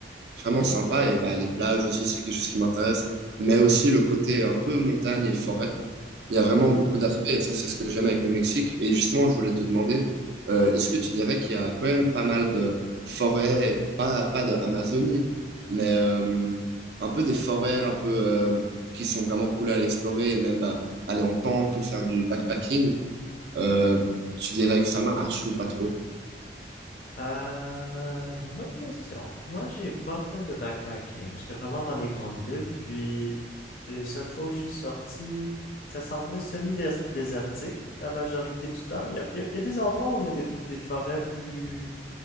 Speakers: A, on the right (about 65°); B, on the left (about 50°).
A: vraiment sympa. Et bah, les plages aussi, c'est quelque chose qui m'intéresse. Mais aussi le côté un peu montagne et forêt. Il y a vraiment
B: Mm-hmm.
A: beaucoup d'aspects, et ça, c'est ce que j'aime avec le Mexique. Et justement, je voulais te demander, euh, est-ce que tu dirais qu'il y a quand même pas mal de forêts, pas, pas de Amazonie, mais euh, un peu des forêts un peu euh, qui sont vraiment cool à aller explorer et même bah, aller en tente ou faire du backpacking, euh, tu dirais que ça marche ou pas trop?
B: Euh, c'est une bonne question. Moi, j'ai pas fait de backpacking. J'étais vraiment dans les grandes villes, puis les seules fois où je suis sorti, ça semblait semi-désertique la majorité du temps. Il y a, il y a- il y a des endroits où il y a des, des forêts plus...